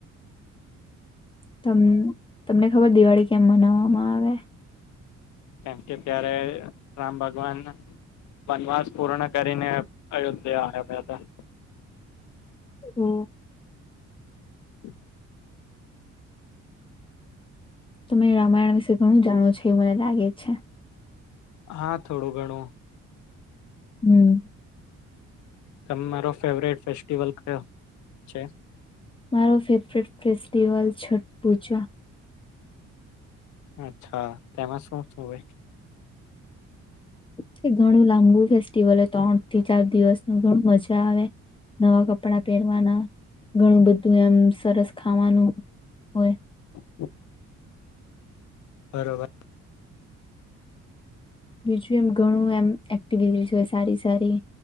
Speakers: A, on the left (about 15°); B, on the left (about 70°).
A: ત <unintelligible> તમને ખબર દિવાળી કેમ મનાવવામાં આવે
B: કેમ કે ત્યારે રામ ભગવાન વનવાસ પૂર્ણ કરીને અયોધ્યા આવ્યા હતા
A: હમ્મ
B: હ
A: તમે રામાયણ વિશે ઘણું જાણો છો એવું મને લાગે છે
B: હા થોડો ઘણો
A: હમ્મ
B: તેમાંરો ફેવરેટ ફેસ્ટિવલ કયો છે
A: મારો ફેવરેટ ફેસ્ટિવલ છે પૂજા
B: અચ્છા તેમાં શું શું હોય
A: તે ઘણું લાંબુ ફેસ્ટિવલ ત્રણ થી ચાર દિવસ ન ઘણું મજા આવે નવા કપડાં પહેરવાના ઘણું બધું એમ સરસ ખાવાનું હોય
B: <inaudible> બરોબર
A: બીજું એમ ઘણું એમ એક્ટિવી હો સારી સારી